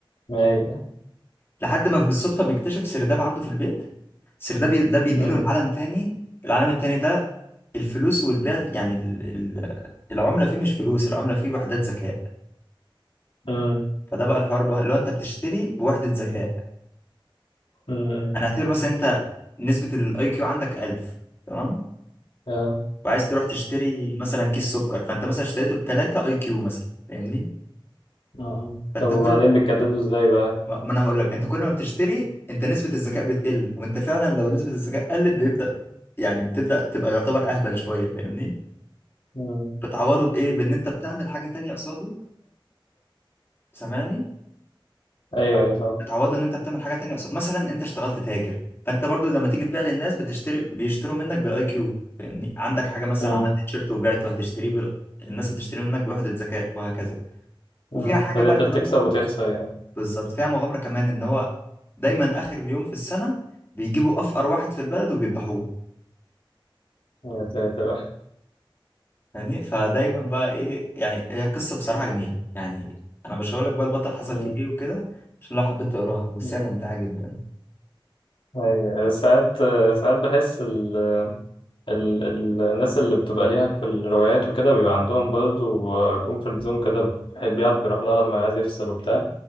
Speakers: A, on the left (about 75°); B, on the left (about 25°).
A: ما هي
B: لحد ما بالصدفة بيكتشف سرداب عنده في البيت سرداب بي- ده بينقله
A: أمم،
B: لعالم تاني العالم التاني ده الفلوس والبيع يعني ال... ال... العملة فيه مش فلوس العملة فيه وحدات ذكاء
A: أمم،
B: فده بقى الحوار الوه- اللي هو انت بتشتري بوحدة ذكاء
A: أمم،
B: هنعتبر مثلا انت نسبة الاي كيو عندك 1000 تمام
A: آه،
B: وعايز تروح تشتري مثلا كيس سكر فانت مثلا اشتريته ب 3 اي كيو مثلا فاهمني
A: آه.
B: فانت
A: طب وبعدين
B: كل
A: بتجددوا ازاي بقى
B: ما ما انا هقول لك انت كل ما بتشتري انت نسبة الذكاء بتقل وانت فعلا لو نسبة الذكاء قلت بيبدأ يعني بتبدأ تبقى يعتبر اهبل شوية فاهمني
A: أمم.
B: بتعوضه بايه بان انت بتعمل حاجة تانية قصاده سامعني
A: ايوه ايوه طبعا
B: بتعوضه ان انت بتعمل حاجة تانية قصاده مثلا انت اشتغلت تاجر فانت برضو لما تيجي تبيع للناس بتشتري بيشتروا منك بالاي كيو فاهمني عندك حاجة مثلا
A: أمم،
B: عملت تيشيرت وبعته هتشتريه بال... الناس هتشتري منك بوحدة ذكاء وهكذا وفيها
A: أمم.
B: حاجة
A: فانت
B: بقى كمان
A: بتكسب وتخسر يعني
B: بالظبط فيها مغامرة كمان ان هو دايما اخر يوم في السنة بيجيبوا افقر واحد في البلد وبيذبحوه
A: يا ساتر
B: يعني فدايما بقى ايه يعني هي قصة بصراحة جميلة يعني انا مش هقول لك بقى البطل حصل
A: أمم،
B: فيه ايه وكده عشان لو حبيت تقراها بس
A: أمم.
B: هي ممتعة جدا
A: ايوه ساعات ساعات بحس ال... ال ال الناس اللي بتبقى ليها في الروايات وكده بيبقى عندهم برضه كومفورت زون كده بيحب يعرف يروح لها لما عايز يفصل وبتاع